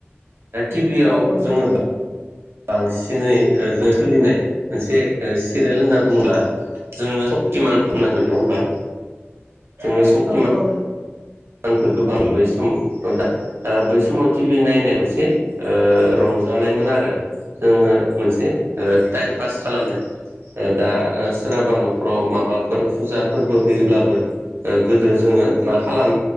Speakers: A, on the right; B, on the right.
A: टिभियाव
B: औ औ
A: जोङो बांसिन दिनै जोङो सोलिनाय मोनसे सिरियाेल होनना बुंङोब्ला जोङो सक्तिमान बुंनांगोन नङा होमबा जोङो सक्तिमान।
B: औ औ
A: खौ गोबां बै समाव दा बै समाव टिभि नायनाय मोनसे रं रंजानायमोन आरो जोङो मोनसे टाइम पास खालामनाय। दा सोरहाबा न'खराव माबाफोर फुजा फोरबो होयोब्लाबो गोदो जोङो मा खालामो।